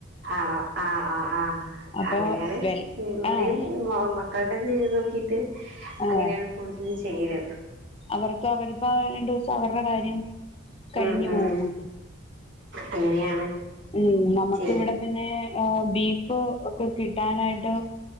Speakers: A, on the right; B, on the left.
A: ആണോ ആഹ് ആഹ് ആഹ്
B: അപ്പൊ
A: അങ്ങനെയാണ്
B: വെൽ
A: ഇവിടെയും
B: ആഹ്
A: മോ മ മക്കളുടെത് നോക്കിട്ട്
B: ആഹ്
A: അങ്ങനെയാണ് കൂടുതലും ചെയ്യല്
B: അവർക്ക് അവരുപ്പോ രണ്ടൂസം അവരുടെ കാര്യം കഴിഞ്ഞു
A: ഉം ഉം
B: പോകൂല
A: അങ്ങനെയാണ്
B: ഉം നമുക്ക്
A: ചെയ്യല്
B: ഇവിടെ പിന്നെ ബീഫ് ഒക്കെ കിട്ടാനായിട്ട്